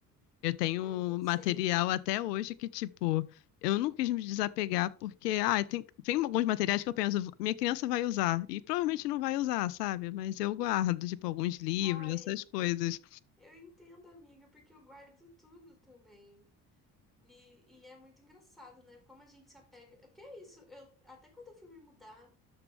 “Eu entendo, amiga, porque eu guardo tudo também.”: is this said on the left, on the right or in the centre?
Centre